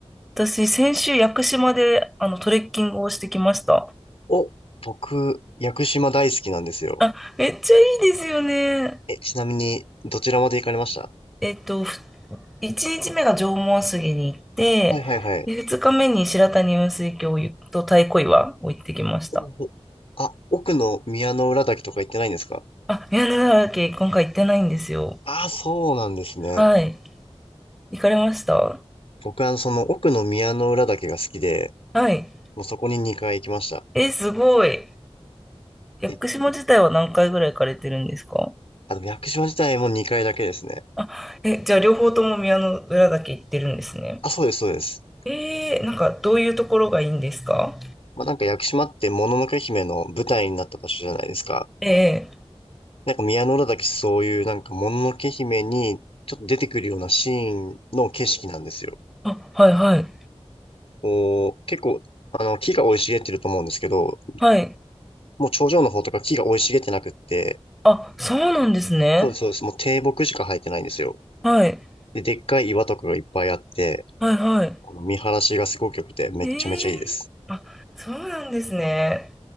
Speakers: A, in the centre; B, on the left.
A: 私、先週、屋久島で、あの、トレッキングをしてきました。
B: お、僕、屋久島大好きなんですよ。
A: あ、めっちゃいいですよね。
B: え、ちなみに、どちらまで行かれました
A: えっと、ふ一日目が縄文杉に行って、
B: はいはいはい。
A: で、二日目に白谷雲水峡と太鼓岩を行ってきました。
B: おおあ、奥の宮之浦岳とか行ってないんですか
A: あ、宮根ヶ岳、今回行ってないんですよ。
B: ああ、そうなんですね。
A: はい。行かれました
B: 僕はその奥の宮之浦岳が好きで、
A: はい。
B: もうそこに2回行きました。
A: え、すごい。屋久島自体は何回ぐらい行かれてるんですか
B: え、あ、でも屋久島自体も2階だけですね。
A: あ、え、じゃあ両方とも宮の浦岳行ってるんですね。
B: あ、そうです、そうです。
A: えー、なんかどういうところがいいんですか
B: まあ、なんか屋久島ってもののけ姫の舞台になった場所じゃないですか。
A: ええ
B: なんか宮之浦岳そういうなんかもののけ姫にちょっと出てくるようなシーンの景色なんですよ。
A: あ、はいはい。
B: こう、結構、あの、木が生い茂ってると思うんですけど、
A: はい。
B: もう頂上の方とか木が生い茂ってなくって、
A: あ、そうなんですね。
B: そうです、そうです。もう低木しか生えてないんですよ。
A: はい。
B: で、でっかい岩とかがいっぱいあって、
A: はいはい。
B: この見晴らしがすごく良くてめっちゃめちゃいいです。
A: ええあ、そうなんですね。